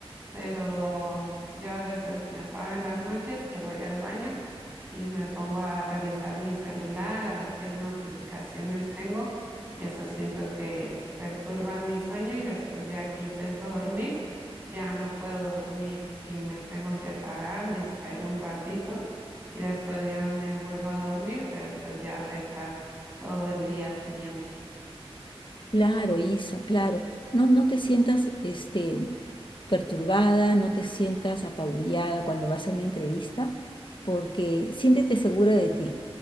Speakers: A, on the right (about 20°); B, on the left (about 55°).
A: pero yo a veces me paro en las noches que voy al baño y me pongo a revisar mi celular, a ver qué notificaciones tengo y eso siento que perturba mi sueño y después ya que intento dormir, ya no puedo dormir y me tengo que parar, distraer un ratito y después ya me vuelvo a dormir, pero pues ya afecta todo el día siguiente.
B: Claro, Isa, claro. No, no te sientas este, perturbada, no te sientas apabullada cuando vas a una entrevista, porque siéntete segura de ti,